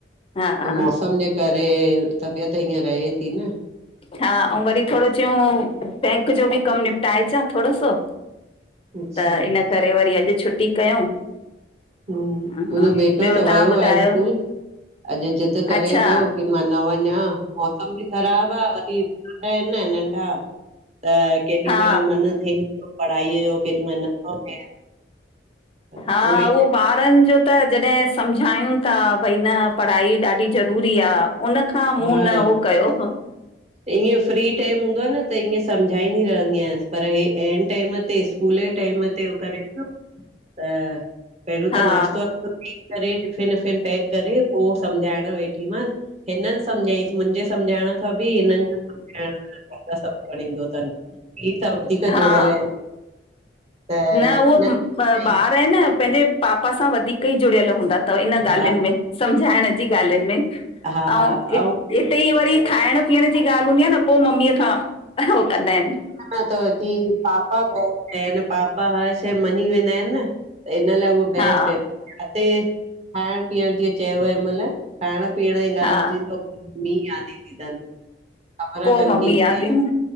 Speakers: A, on the left; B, on the right.
A: हा
B: त मौसम जे करे तबियत ईअं रहे थी न।
A: हा ऐं वरी थोरो चयऊ, बैंक जो बि कमु निपटाए अचां थोरो सो
B: अच्छा
A: त इन करे वरी अॼु छुटी कयूं।
B: ह
A: हा,
B: मुंहिंजो बेटो
A: ॿियो
B: त
A: तव्हां
B: वियो
A: ॿुधायो
B: आहे स्कूल, अॼु ज़िदु करे
A: अच्छा
B: पियो की मा नवञा मौसम बि ख़राबु आ वरी ॿार आहिनि न नंढ़ा त केॾी
A: हा
B: महिल मन थिए थो पढ़ाईअ जो, केॾी महिल नथो थिए त
A: हा
B: ई
A: उहो ॿारनि जो त जॾहिं सम्झायूं था भई न पढ़ाई ॾाढी ज़रूरी आ उन खां मूं
B: हा
A: न उहो कयो।
B: ईअं फ्री टाइम हूंदो आहे न त ईअं सम्झाईंदी रहंदी आयांसि पर हे ऐं टाइम ते स्कूल जे टाइम तेहो करे पियो त, पहिरियों
A: हा
B: त नाश्तो -वाश्तो ॾेई करे टीफिन पैक करे पो सम्झाइण वेठी मास, हिननि समझायस मुंहिंजे समझाइण खां बि बि हिननि जो सभु खणीं ईदो अथनि <inaudible> इहे त वधीक
A: हा
B: जुड़ियल आहिनि। त
A: न उहो
B: हिननि
A: ॿार आहे न पंहिंजे पापा सां वधीक ई जुड़ियल हूंदा तव इन ॻाल्हियुनि
B: हा
A: में सम्झाइण जी ॻाल्हियुनि में।
B: हा
A: अउं
B: ऐं
A: इ हिते ई वरी खाइण पीअण जी ॻाल्हि हूंदी आ न पो मम्मीअ खां हो कंदा आहिनि
B: सच तव की पापा ब आहिनि, पापा हर शइ मञी वेंदा आहिनि न। त इन लाइ उहे बेस्ट
A: हा
B: आहिनि, इते खाइण पीअण जीअं चयव हिन महिल खाइण पीअण जी
A: हा
B: ॻाल्हि हूंदी त मम्मी यादि ईंदी तनि। ख़बर अथनि
A: पोइ मम्मी
B: की हिते
A: याद ईंदी